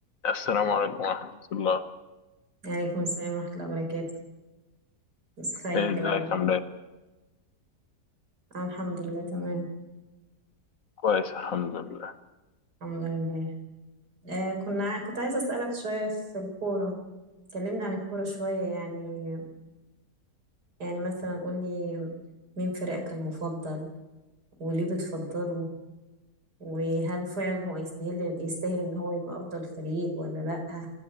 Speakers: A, on the left; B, on the right.
A: السلام عليكم ورحمة الله
B: عليكم السلام ورحمة الله وبركاته ازيك
A: إيه، ازيك
B: الأخبار
A: عامل ايه؟
B: آه الحمد لله تمام
A: كويس الحمد لله
B: الحمد لله آه كنا ع- كنت عايزة أسألك شوية في الكورة كلمني عن الكورة شوية يعني يعني مثلا قولي مين فريقك المفضل وليه بتفضله وهل فعلا هو يستاهل يستاهل إن هو يبقى أفضل فريق ولا لأ